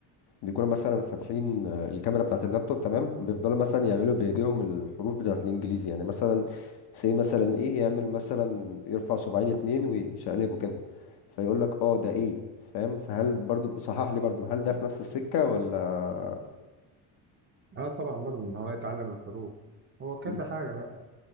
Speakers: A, on the left (about 60°); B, on the right (about 25°).
A: بيكونوا مثلا فاتحين آه، الكاميرا بتاعه اللابتوب تمام بيفضلوا مثلا يعملوا بايديهم الحروف بتاعه الانجليزي يعني مثلا سي مثلا ايه يعمل مثلا يرفع صباعين اتنين ويشقلبه كده فيقول لك اه ده ايه فاهم فهل برضو صحح لي برضو هل ده في نفس السكه ولا
B: اه طبعا برضه إن هو يتعلم الحروف هو كذا
A: مم.
B: حاجة بقى